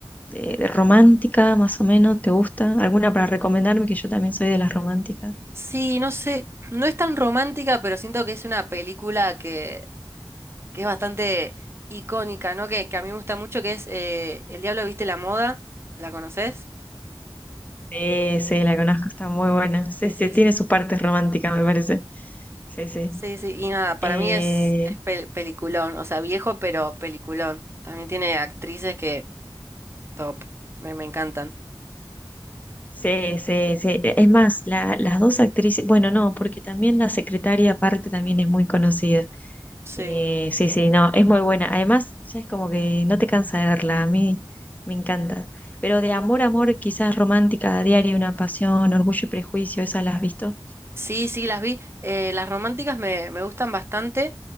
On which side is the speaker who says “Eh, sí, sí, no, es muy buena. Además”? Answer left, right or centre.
Left